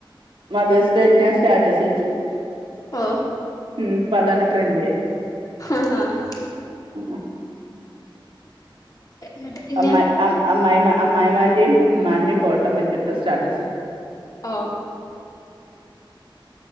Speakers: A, on the right (about 70°); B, on the left (about 40°).
A: മദേഴ്സ് ഡേറ്റ് ഞാൻ സ്റ്റാറ്റസ് വെച്ചു
B: ഓ
A: ഉം ഇപ്പൊ അതാണ് ട്രെന്റ്
B: <unintelligible>
A: ഉം
B: എന്നിട്ട്
A: <unintelligible>
B: പിന്നെ
A: അമ്മായിമാന്റെയും ഉമ്മാന്റെയും ഫോട്ടോം വെച്ചിട്ട് സ്റ്റാറ്റസ്
B: ഓ